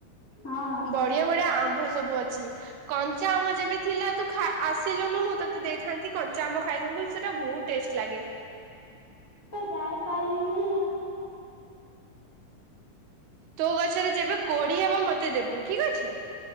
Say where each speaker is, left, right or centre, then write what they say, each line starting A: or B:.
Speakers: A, on the left; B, on the right.
A: ହଁ
B: ବଢିଆ ବଢିଆ ଆମ୍ବ ସବୁ ଅଛି କଞ୍ଚା ଆମ୍ବ ଯେବେ ଥିଲା ତୁ। ଖ ଆସ। ତୀଲୁନୁ ମୁଁ ତୋତେ ଦେଇଥାନ୍ତି। କଞ୍ଚାମ ଆମ ଖାଇଥାନ୍ତୁ। ସେଟା ବହୁତ ଟେଷ୍ଟ ଲାଗେ
A: ଚାଏ ପାଇଲିନି?
B: ତୋ ଗଛରେ ଯେବେ କୋଡିଏ ହବ ମତେ? ମତେ ଦେବୁ ଠିକ ଅଛି